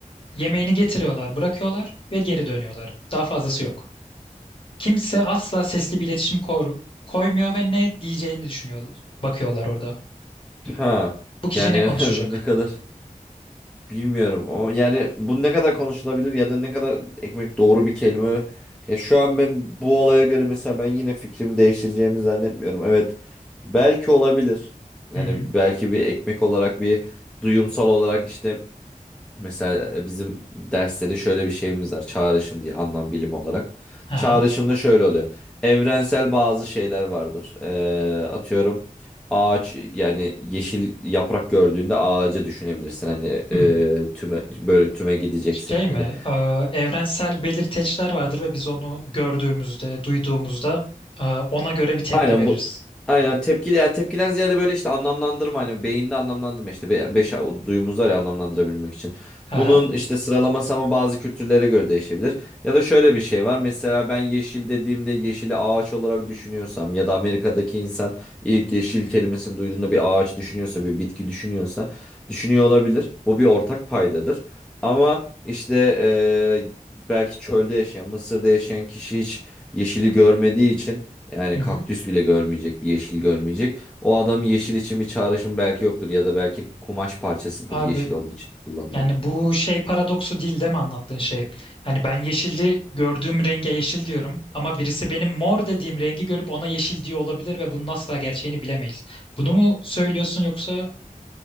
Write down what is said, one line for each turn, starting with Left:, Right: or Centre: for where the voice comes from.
Left: Yemeğini getiriyorlar, bırakıyorlar ve geri dönüyorlar. Daha fazlası yok. Kimse asla sesli bir iletişim kor- koymuyor ve ne diyeceğini düşünüyor, bakıyorlar orada.
Centre: Ha
Left: Bu kişi
Centre: yani
Left: ne konuşacak?
Centre: <laughs> ne kadar Bilmiyorum. O yani bu ne kadar konuşulabilir ya da ne kadar ekmek doğru bir kelime. Ya şu an ben bu olaya göre mesela ben yine fikrimi değiştireceğimi zannetmiyorum. Evet. Belki olabilir. Yani
Left: Hı hı.
Centre: belki bir ekmek olarak bir duyumsal olarak işte Mesela e, bizim derste de şöyle bir şeyimiz var. Çağrışım diye anlam bilim olarak.
Left: Aha.
Centre: Çağrışımda şöyle oluyor. Evrensel bazı şeyler vardır. Ee, atıyorum ağaç yani yeşil yaprak gördüğünde ağaca düşünebilirsin. Hani
Left: Hmm.
Centre: e, tüme böyle tüme gideceksek
Left: Şey mi?
Centre: hani
Left: Ee, evrensel belirteçler vardır ve biz onu gördüğümüzde, duyduğumuzda e, ona göre bir tepki
Centre: Aynen
Left: veririz.
Centre: bu. Aynen tepki yani tepkiden ziyade böyle işte anlamlandırma hani beyinde anlamlandırma işte be- beş o duyumuz var ya anlamlandırabilmek için.
Left: Aha.
Centre: Bunun işte sıralaması ama bazı kültürlere göre değişebilir. Ya da şöyle bir şey var. Mesela ben yeşil dediğimde yeşili ağaç olarak düşünüyorsam ya da Amerika'daki insan ilk yeşil kelimesini duyduğunda bir ağaç düşünüyorsa bir bitki düşünüyorsa düşünüyor olabilir. Bu bir ortak paydadır. Ama işte eee, belki çölde yaşayan Mısır'da yaşayan kişi hiç yeşili görmediği için yani
Left: Hı hı.
Centre: kaktüs bile görmeyecek, bir yeşil görmeyecek. O adamın yeşil için bir çağrışım belki yoktur ya da belki kumaş parçasıdır
Left: Abi
Centre: yeşil onun için kullanılan.
Left: yani bu şey paradoksu değil değil mi anlattığın şey? Hani ben yeşilli gördüğüm renge yeşil diyorum ama birisi benim mor dediğim rengi görüp ona yeşil diyor olabilir ve bunun asla gerçeğini bilemeyiz. Bunu mu söylüyorsun yoksa